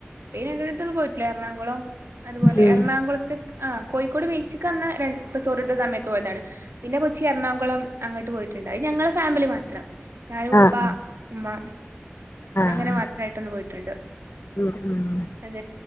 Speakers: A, on the right (about 75°); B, on the left (about 70°).
A: പി രണ്ടുപത്തോും <unintelligible> പോയിട്ടില്ല എറണാകുളം അതുപോലെ
B: ഉം
A: എറണാകുളത്ത് ആ കോഴിക്കോട് ബീച്ചിക്ക്ന്ന് ര ബസോറിട്ട സമയത്ത് പോയതാണ് പിന്നെ കൊച്ചി എറണാകുളം അങ്ങോട്ട് പോയിട്ടുണ്ടായി ഞങ്ങളെ ഫാമിലി മാത്രം ഞാരൂപ്പ
B: ആഹ്
A: ഉമാ
B: ആഹ് ആഹ്
A: അങ്ങനെ മാത്രമായിട്ട് ഒന്ന് പോ ണ്ട്
B: ഉം ഉം
A: അത്